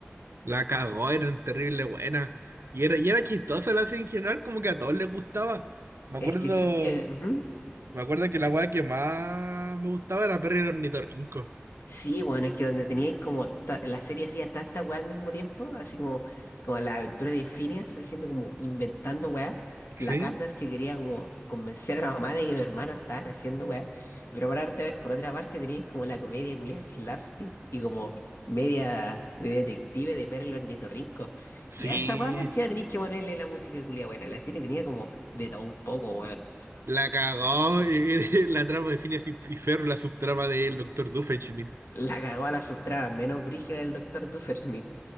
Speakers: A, on the right; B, on the left.
A: La cagó, era terrible buena. Y era, y era chistosa la serie en general, como que a todos les gustaba. Me acuerdo,
B: Es que sí, es que ujú.
A: me acuerdo que la weá que más me gustaba era Perry el ornitorrinco.
B: Sí, bueno, es que donde teníais como ta- la serie hacía tanta weá al mismo tiempo, así como, como la aventura de Phineas haciendo como inventando weá, la
A: Sí,
B: Candace que quería como convencer a la mamá de que los hermanos estaban haciendo weá, pero por, arte- por otra parte teníais como la comedia culia slapstick y como media de detective de Perro Ornitorrinco,
A: Sí,
B: y a esa weá me decía tenéis que ponerle la música culia buena, la serie tenía como de todo un poco, weón,
A: La cagó. y- y <laughs> La trama de Phineas y y Ferb, la subtrama del doctor Doofenshmirtz.
B: la cagó a la subtrama menos brígida del Doctor Duffersmith.